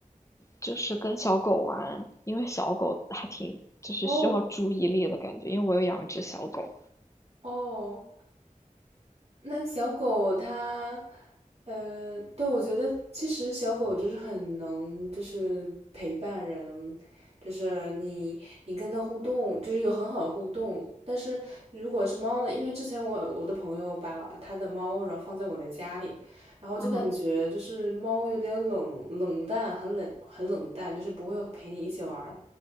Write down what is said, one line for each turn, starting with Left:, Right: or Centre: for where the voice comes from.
Left: 就是跟小狗玩，因为小狗还挺就是需要注意力的感觉，
Right: 哦
Left: 因为我有养一只小狗。
Right: 哦，那小狗它，呃，对，我觉得其实小狗就是很能，就是陪伴人，就是你你跟它互动，就是有很好的互动。但是如果是猫呢，因为之前我有我的朋友把他的猫然后放在我的家里，然后就感觉就是猫有点冷冷淡，
Left: 嗯，
Right: 很冷很冷淡，就是不会陪你一起玩儿